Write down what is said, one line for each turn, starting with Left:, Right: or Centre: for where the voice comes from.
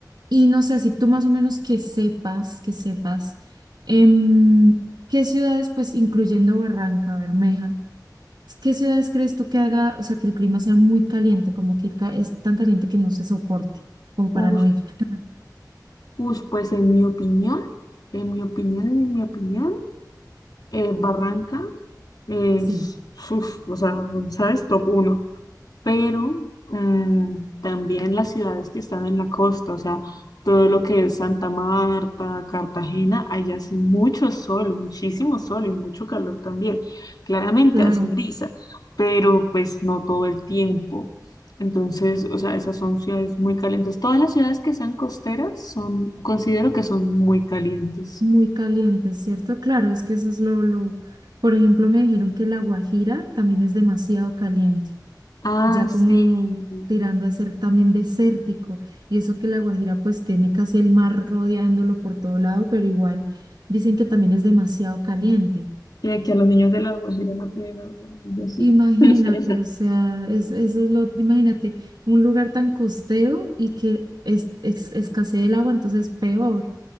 Right: Y no sé, si tú más o menos que sepas, que sepas, em, ¿qué ciudades, pues incluyendo Barranca Bermeja? ¿Qué ciudades crees tú que haga, o sea, que el clima sea muy caliente, como que ca- es tan caliente que no se soporte, como para
Left: Ush,
Right: no ir? <laughs>
Left: ush, pues en mi opinión, en mi opinión, en mi opinión, eh, Barranca es,
Right: Sí,
Left: uf, o sea, ¿sabes? Top uno. pero mm, también las ciudades que están en la costa, o sea, todo lo que es Santa Marta, Cartagena, allá hace mucho sol, muchísimo sol y mucho calor también. Claramente
Right: claro,
Left: hace brisa, pero pues no todo el tiempo. Entonces, o sea, esas son ciudades muy calientes. Todas las ciudades que sean costeras son, considero que son muy calientes.
Right: muy caliente, ¿cierto? Claro, es que eso es lo, lo, por ejemplo, me dijeron que La Guajira también es demasiado caliente,
Left: Ah,
Right: ya
Left: sí.
Right: como tirando a ser también desértico, y eso que La Guajira pues tiene casi el mar rodeándolo por todo lado, pero igual dicen que también es demasiado caliente.
Left: Y aquí a los niños de La Guajira no tienen agua, algo así.
Right: Imagínate,
Left: <laughs>
Right: o sea, es, eso es lo, imagínate, un lugar tan costero y que es, es- escasee el agua, entonces peor.